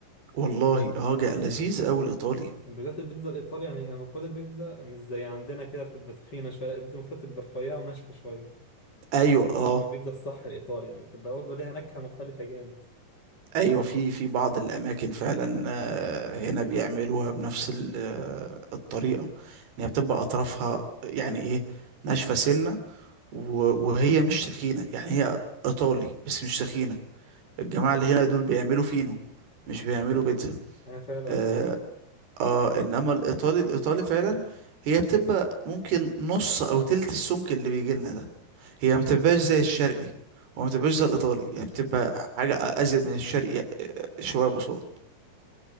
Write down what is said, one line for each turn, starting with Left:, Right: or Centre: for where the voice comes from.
Right: والله اه جا لذيذ قوي الايطالي
Left: وبالذات البيتزا الإيطالي يعني هي المفروض البيتزا مش زي عندنا كده بتبقى تخينة شوية لا، البيتزا المفروض تبقى رفيعة وناشفة شوية
Right: ايوه اه
Left: دي البيتزا الصح الإيطالي يعني بتبقى برضه ليها نكهة مختلفة جامد
Right: ايوه
Left: عن-
Right: في في بعض الاماكن فعلا آه، هنا بيعملوها بنفس ال- آه، الطريقه ان هي بتبقى اطرافها يعني ايه ناشفه سنه و- وهي مش تخينه يعني هي ايطالي بس مش تخينه الجماعه اللي هنا دول بيعملوا فينو مش بيعملوا بيتزا
Left: أنا فعلا
Right: اه,
Left: في
Right: آه انما الايطالي الايطالي فعلا هي بتبقى ممكن نص او تلت السمك اللي بيجي لنا ده هي ما بتبقاش زي الشرقي وما بتبقاش زي الايطالي يعني بتبقى حاجه ازيد من الشرقي آه، شويه بساط